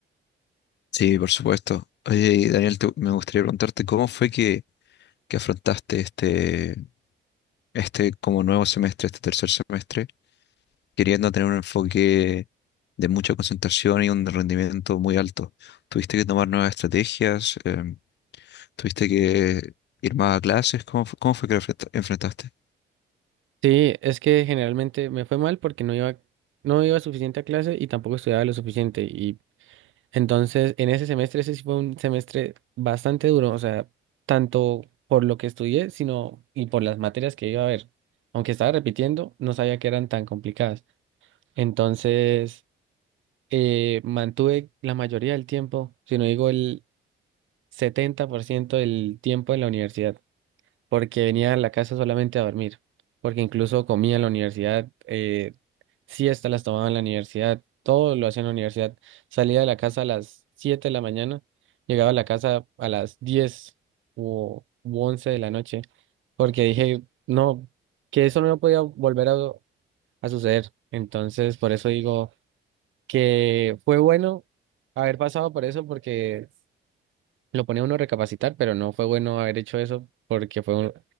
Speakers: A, on the left (about 60°); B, on the right (about 80°).
A: Sí, por supuesto. Oye, y Daniel, te- me gustaría preguntarte cómo fue que, que afrontaste este, este como nuevo semestre, este tercer semestre queriendo tener un enfoque de mucha concentración y un rendimiento muy alto. ¿Tuviste que tomar nuevas estrategias? Em, ¿tuviste que ir más a clases? ¿Cómo, fu- cómo fue que lo enfrenta- enfrentaste?
B: Sí, es que generalmente me fue mal porque no iba, no iba suficiente a clase y tampoco estudiaba lo suficiente. Y entonces en ese semestre, ese sí fue un semestre bastante duro, o sea, tanto por lo que estudié, sino y por las materias que iba a ver. Aunque estaba repitiendo, no sabía que eran tan complicadas. Entonces, eh, mantuve la mayoría del tiempo, si no digo el 70% del tiempo en la universidad. porque venía a la casa solamente a dormir, porque incluso comía en la universidad, eh, siestas las tomaba en la universidad, todo lo hacía en la universidad. Salía de la casa a las 7 de la mañana, llegaba a la casa a las 10 o u 11 de la noche, porque dije, no, que eso no podía volver a, a suceder. Entonces, por eso digo que fue bueno haber pasado por eso, porque lo ponía uno a recapacitar, pero no fue bueno haber hecho eso porque fue un,